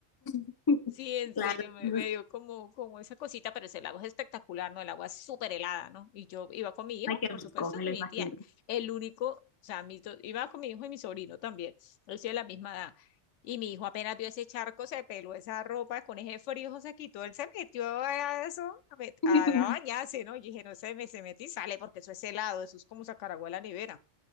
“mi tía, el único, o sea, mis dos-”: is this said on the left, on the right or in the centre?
Left